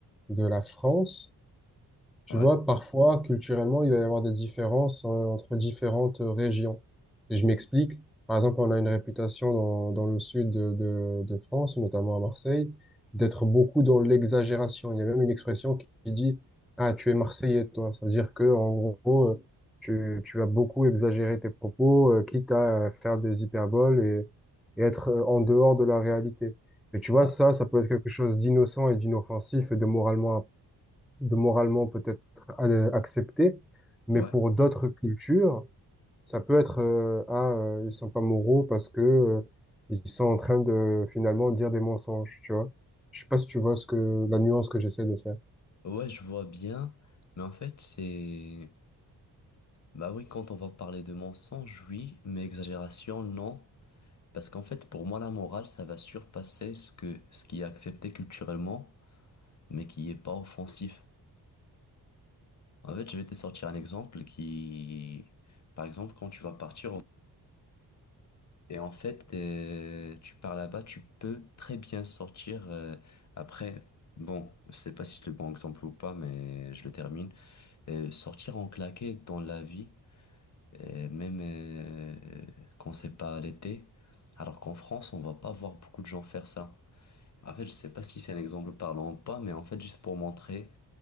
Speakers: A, in the centre; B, on the left (about 45°).
A: de la France, tu
B: Ouais.
A: vois, parfois, culturellement, il va y avoir des différences euh, entre différentes euh, régions. Et je m'explique. Par exemple, on a une réputation dans, dans le sud de, de, de France, notamment à Marseille, d'être beaucoup dans l'exagération. Il y a même une expression qui, qui dit, Ah, tu es Marseillais, toi. Ça veut dire que, en gros, euh, tu, tu vas beaucoup exagérer tes propos, euh, quitte à euh, faire des hyperboles et, et être euh, en dehors de la réalité. Et tu vois,
B: Ouais,
A: ça, ça peut être quelque chose d'innocent et d'inoffensif et de moralement de moralement peut-être euh, accepté, mais
B: ouais,
A: pour d'autres cultures, ça peut être euh, ah euh, ils sont pas moraux parce que euh, ils sont en train de finalement dire des mensonges, tu vois. Je sais pas si tu vois ce que la nuance que j'essaie de faire.
B: Ouais, je vois bien, mais en fait, c'est... Bah oui, quand on va parler de mensonge, oui, mais exagération, non. Parce qu'en fait, pour moi, la morale, ça va surpasser ce que, ce qui est accepté culturellement, mais qui n'est pas offensif. En fait, je vais te sortir un exemple qui, par exemple, quand tu vas partir au- et en fait, euh, tu pars là-bas, tu peux très bien sortir euh, après. Bon, je sais pas si c'est le bon exemple ou pas, mais je le termine. Euh, sortir en claqué dans la vie, euh, même euh, quand c'est pas l'été, alors qu'en France, on va pas voir beaucoup de gens faire ça. En fait, je sais pas si c'est un exemple parlant ou pas, mais en fait, juste pour montrer